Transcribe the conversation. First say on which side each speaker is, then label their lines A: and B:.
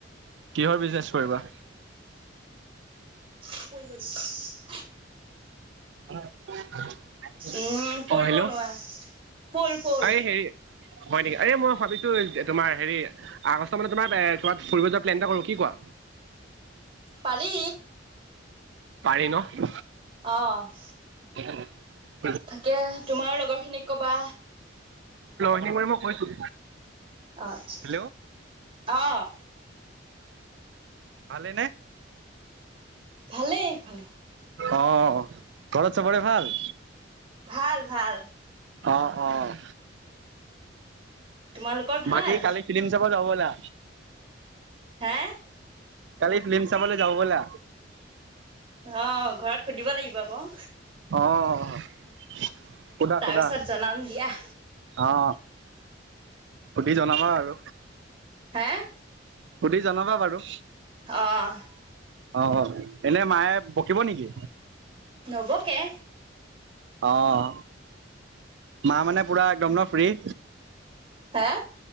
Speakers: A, on the right (about 65°); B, on the right (about 30°).
A: কিহৰ বিজনেচ কৰিবা?
B: ফুল বনোৱা।
A: <inaudible>
B: উম, ফুল
A: অ', হেল্ল'
B: বনোৱা ফুল, ফুল।
A: এই হেৰি হয় নেকি, এই মই ভাবিছো তোমাৰ হেৰি আগষ্ট মানত তোমাৰ এ ক'ৰবাত ফুৰিব যোৱাৰ প্লেন এটা কৰোঁ, কি কোৱা?
B: পাৰি।
A: পাৰি ন'?
B: অ'।
A: <unintelligible>
B: তাকে, তোমাৰ লগৰ খিনিক ক'বা।
A: <unintelligible> মই কৈছোঁ
B: আতচ্ছা,
A: হেল্ল'
B: অ'
A: ভালে নে?
B: ভালেই, ভালে।
A: অ', ঘৰত চবৰে ভাল?
B: ভাল, ভাল।
A: অ', অ'।
B: তোমালোকৰ ভাল?
A: বাকী কালি ফিলিম চাব যাওঁ ব'লা।
B: হা
A: কালি ফিলিম চাবলৈ যাওঁ ব'লা।
B: অ', ঘৰত সুধিব লাগিব আকৌ।
A: অ' সুধা
B: তাৰপিছত
A: সুধা
B: জনাম দিয়া।
A: অ সুধি জনাবা আৰু।
B: হা
A: সুধি জনাবা বাৰু।
B: অ'।
A: অ', এনে মায়ে বকিব নেকি?
B: নবকে।
A: অ' মা, মানে পুৰা একদম ন ফ্ৰী?
B: হা